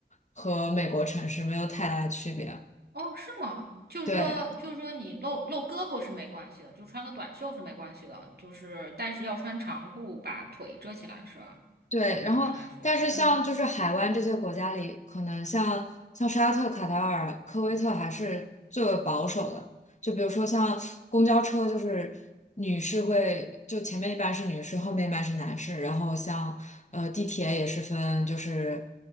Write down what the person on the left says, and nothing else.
和美国城市没有太大的区别。
对。
对，
然后但是像就是海湾这些国家里，
可能像像沙特、卡塔尔、科威特还是最为保守的。就比如说像公交车，就是女士会就前面一半是女士，后面一半是男士。然后像呃地铁也是分就是